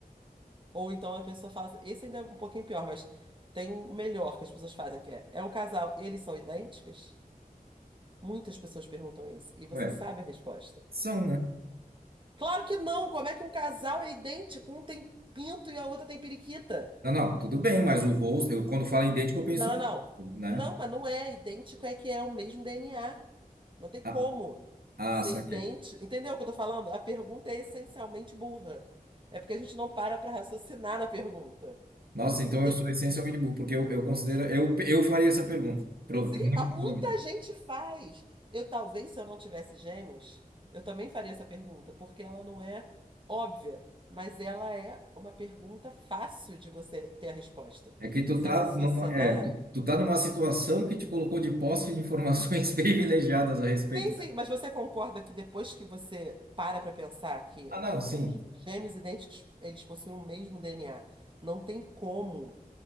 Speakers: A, on the right; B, on the right.
A: Ou então a pessoa fala assim, esse ainda é um pouquinho pior, mas tem um melhor que as pessoas fazem, que é, é um casal, eles são idênticos? Muitas pessoas perguntam isso. E você
B: ué,
A: sabe a resposta.
B: são, né?
A: Claro que não! Como é que um casal é idêntico? Um tem pinto e a outra tem periquita.
B: Não, não, tudo bem, mas o rosto, eu quando falo em idêntico, eu penso,
A: Não, não, não.
B: né?
A: Não, mas não é idêntico, é que é o mesmo DNA. Não tem como
B: Ah, ah,
A: ser
B: saquei.
A: idêntico. Entendeu o que eu tô falando? A pergunta é essencialmente burra. É porque a gente não para pra raciocinar na pergunta.
B: Nossa, então
A: Não tem.
B: eu sou essencialmente burro, porque eu, eu considero, eu, eu faria essa pergunta. Prov-
A: Sim,
B: <laughs> muito
A: mas muita
B: provavelmente.
A: gente faz. Eu talvez, se eu não tivesse gêmeos, eu também faria essa pergunta, porque ela não é óbvia, mas ela é uma pergunta fácil de você ter a resposta.
B: É que tu
A: Você
B: tá
A: raciocinar.
B: numa, é, tu, tu tá numa situação que te colocou de posse de informações <laughs> privilegiadas a respeito.
A: Sim, sim, mas você concorda que depois que você para para pensar que
B: Ah, não, sim,
A: os gêmeos idênticos, eles possuem o mesmo DNA, não tem como